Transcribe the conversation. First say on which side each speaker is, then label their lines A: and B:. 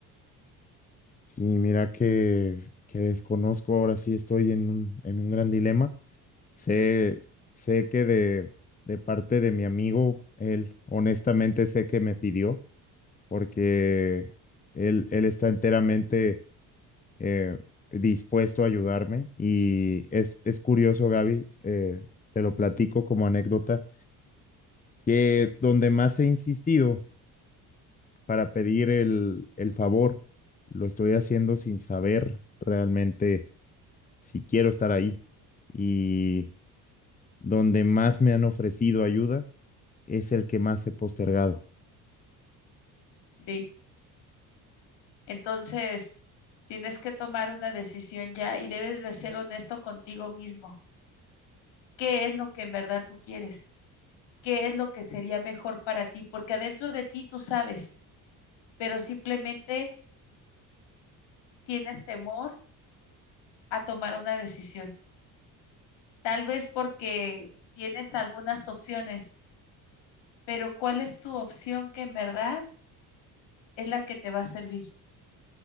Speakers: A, on the left; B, on the left.
A: Sí, mira que, que desconozco, ahora sí estoy en un, en un gran dilema. Sé, sé que de, de parte de mi amigo, él honestamente sé que me pidió, porque él, él está enteramente eh, dispuesto a ayudarme. Y es, es curioso, Gaby, eh, te lo platico como anécdota, que donde más he insistido para pedir el, el favor, lo estoy haciendo sin saber realmente si quiero estar ahí. Y donde más me han ofrecido ayuda es el que más he postergado.
B: Sí, Entonces, tienes que tomar una decisión ya y debes de ser honesto contigo mismo. ¿Qué es lo que en verdad tú quieres? ¿Qué es lo que sería mejor para ti? Porque adentro de ti tú sabes, pero simplemente tienes temor a tomar una decisión. Tal vez porque tienes algunas opciones, pero ¿cuál es tu opción que en verdad es la que te va a servir?